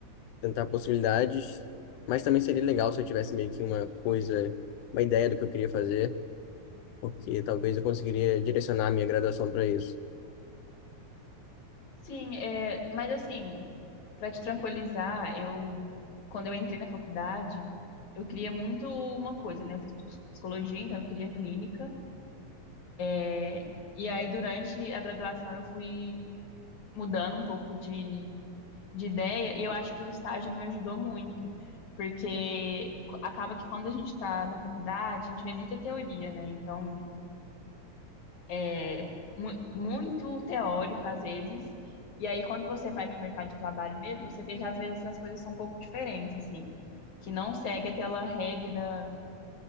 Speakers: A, on the left (about 85°); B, on the left (about 65°).
A: tentar possibilidades, mas também seria legal se eu tivesse meio que uma coisa, uma ideia do que eu queria fazer, porque talvez eu conseguiria direcionar a minha graduação para isso.
B: Sim, é, mas assim, para te tranquilizar, eu quando eu entrei na faculdade, eu queria muito uma coisa, né? Eu fiz psico- psicologia, então eu queria clínica. é, E aí durante a graduação eu fui mudando um pouco de, de ideia e eu acho que o estágio me ajudou muito, porque acaba que quando a gente está na faculdade, a gente vê muita teoria, né? Então É, mu- muito teórico às vezes. E aí, quando você vai para o mercado de trabalho mesmo, você vê que às vezes as coisas são um pouco diferentes, assim, que não segue aquela regra